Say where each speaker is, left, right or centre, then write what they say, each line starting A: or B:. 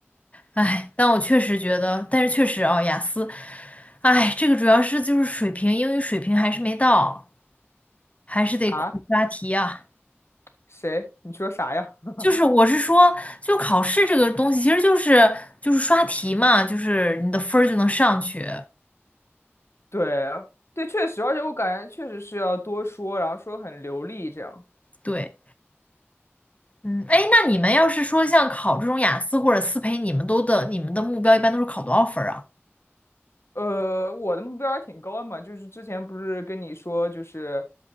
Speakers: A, on the left; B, on the left.
A: 哎，但我确实觉得，但是确实啊，雅思，哎，这个主要是就是水平，英语水平还是没到。还是得苦刷题啊。
B: 啊？谁？你说啥呀？<laughs>
A: 就是我是说，就考试这个东西，其实就是就是刷题嘛，就是你的分儿就能上去。
B: 对对，确实，而且我感觉确实是要多说，然后说很流利这样。
A: 对，嗯，哎，那你们要是说像考这种雅思或者思培，你们都的你们的目标一般都是考多少分儿啊？
B: 呃，我的目标还挺高的嘛，就是之前不是跟你说，就是